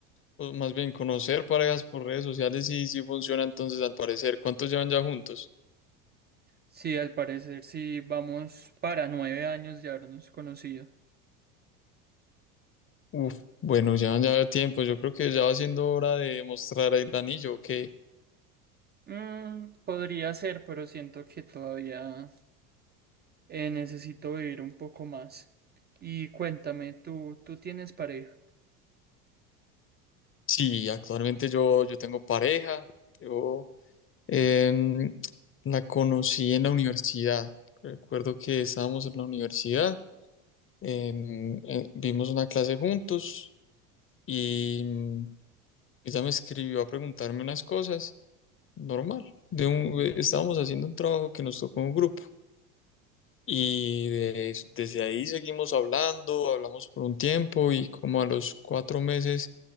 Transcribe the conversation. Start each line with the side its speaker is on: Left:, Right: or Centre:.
Left: o más bien conocer parejas por redes sociales sí, sí funciona entonces al parecer. ¿Cuántos llevan ya juntos?
Right: Sí, al parecer sí vamos para nueve años de habernos conocido.
Left: Uf, bueno, ya ya tiempo. Yo creo que ya va siendo hora de mostrar el anillo. Que
Right: Mm, podría ser, pero siento que todavía eh, necesito vivir un poco más. Y cuéntame, ¿tú, tú tienes pareja?
Left: sí, actualmente yo, yo tengo pareja. Yo em, la conocí en la universidad. Recuerdo que estábamos en la universidad. em, eh, vimos una clase juntos y mm, ella me escribió a preguntarme unas cosas. Normal. De un- eh, estábamos haciendo un trabajo que nos tocó en un grupo. Y des- desde ahí seguimos hablando, hablamos por un tiempo y como a los cuatro meses